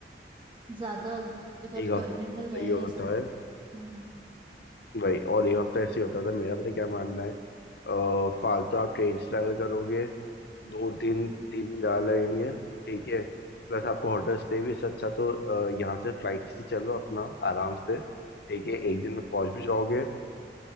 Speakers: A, on the right; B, on the left.
A: ज्यादा इधर
B: एक हफ्ते
A: गर्मी
B: का
A: में
B: सही
A: रह
B: होता
A: नहीं सकते
B: है
A: हम्म हम्म
B: भाई और एक हफ्ता ऐसे ही होता था मेरा पता है क्या मानना है अ, फालतू आप ट्रेन से ट्रैवल करोगे दो दिन तीन दिन ज़्यादा लगेंगे ठीक है प्लस आपको होटल स्टे भी इससे अच्छा तो अ, यहाँ से फ्लाइट से चलो अपना आराम से ठीक है एक दिन में पहुंच भी जाओगे